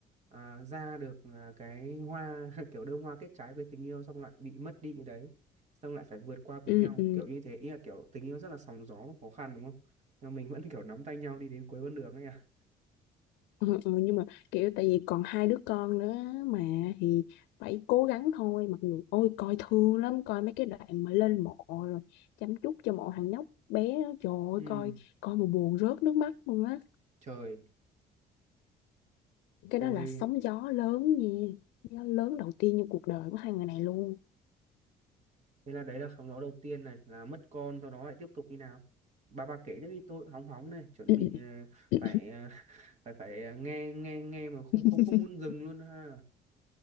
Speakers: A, on the right; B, on the left.
A: À, ra được à, cái hoa <laughs> kiểu đơm hoa kết trái với tình yêu xong lại bị mất đi cái đấy. Xong lại phải vượt qua cùng
B: ừm,
A: nhau,
B: ừm,
A: kiểu như thế. Ý là kiểu tình yêu rất là sóng gió và khó khăn đúng không? Nhưng mà mình vẫn kiểu nắm tay nhau đi đến cuối con đường ấy à.
B: Ừ, ừ, nhưng mà kiểu tại vì còn hai đứa con nữa mà thì phải cố gắng thôi mặc dù ôi coi thương lắm coi mấy cái đoạn mà lên mộ rồi chăm chút cho mộ thằng nhóc bé đó, trời ơi
A: Ừ,
B: coi coi mà buồn rớt nước mắt luôn á
A: trời.
B: cái
A: ui
B: đó là sóng gió lớn nha sóng gió lớn đầu tiên trong cuộc đời của hai người này luôn
A: thế là đấy là sóng gió đầu tiên này là mất con sau đó lại tiếp tục như nào bà bà kể tiếp đi tôi hóng hóng này chuẩn
B: <laughs> ừ,
A: bị ờ,
B: ừ.
A: phải ờ, <laughs> phải phải ờ, nghe nghe nghe mà không
B: <coughs>
A: không không muốn dừng luôn ha